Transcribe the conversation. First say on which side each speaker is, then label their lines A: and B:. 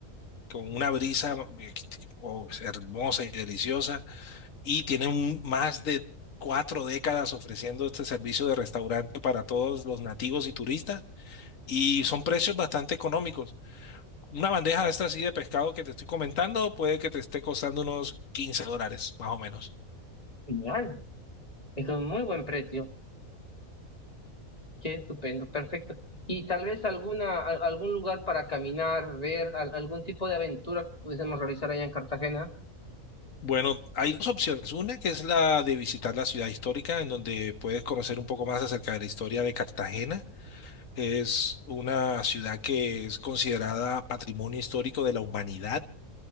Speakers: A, on the left; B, on the left.
A: con una brisa eh, oh, hermosa y deliciosa, y tiene un- más de cuatro décadas ofreciendo este servicio de restaurante para todos los nativos y turistas, y son precios bastante económicos. Una bandeja de esta así de pescado que te estoy comentando puede que te esté costando unos 15 dólares, más o menos.
B: Genial. es un muy buen precio. Qué estupendo, perfecto. Y tal vez alguna, a- algún lugar para caminar, ver al- algún tipo de aventura que pudiésemos realizar allá en Cartagena.
A: Bueno, hay dos opciones. Una que es la de visitar la ciudad histórica, en donde puedes conocer un poco más acerca de la historia de Cartagena. Es una ciudad que es considerada patrimonio histórico de la humanidad.